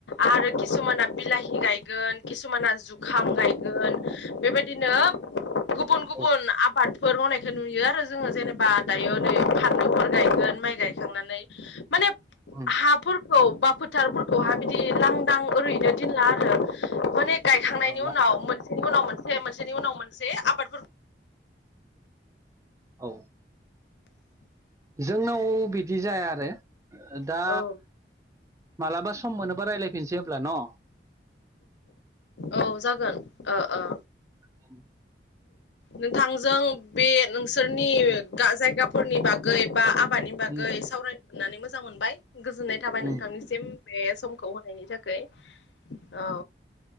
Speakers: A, on the left; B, on the right.
A: आरो किसुमाना बिलाहि गायगोन खिसुमाना जुखाम गायगोन बेबायदिनो गुबुन गुबुन
B: औ
A: आबादफोर मावनायखौ नुयो आरो जोङो जेनेबा दायो नै फानलुफोर गायगोन माइ गायखांनानै माने
B: उम
A: हाफोरखौ फोथारफोरखौहाय बिदि लांदां ओरैनो दोनला आरो माने गायखांनायनि
B: ओ
A: उनाव
B: ला-
A: मोनसेनि उनाव मोनसे मोनसेनि उनाव मोनसे आबादफोरखौ
B: औ
A: <inaudible>
B: जोंनाव बिदि जाया आरो दा
A: औ
B: मालाबा सम मोनोबा रायलायफिनसै हब्ला न'
A: औ जागोन अ' अ'
B: औ
A: नोंथांजों बे नोंसोरनि
B: उम
A: जायगाफोरनि बागै बा हाबानि बागै
B: उम
A: सावरायनो मोन्नानै मोजां मोनबाय गोजोननाय थाबाय
B: उम
A: नोंथांनिसिम बे समखौ होनायनि थाखै औ